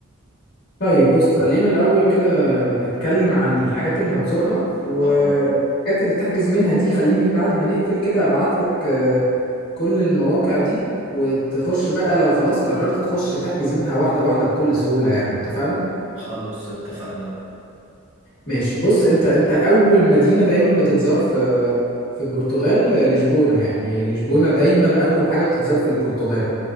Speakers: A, on the left (about 50°); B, on the right (about 80°).
A: طيب بص خلينا الأول كده نتكلم عن الحاجات اللي هتزورها والحاجات
B: أه
A: اللي تحجز منها دي خليني بعد ما نقفل كده أبعت لك آه، كل المواقع دي وتخش بقى لو خلاص قررت تخش تحجز منها واحدة واحدة بكل سهولة يعني اتفقنا؟
B: خلاص اتفقنا
A: ماشي بص انت انت اول مدينة دايما بتتزار في في البرتغال آه، لشبونة يعني لشبونة دايما اول حاجة بتتزار في البرتغال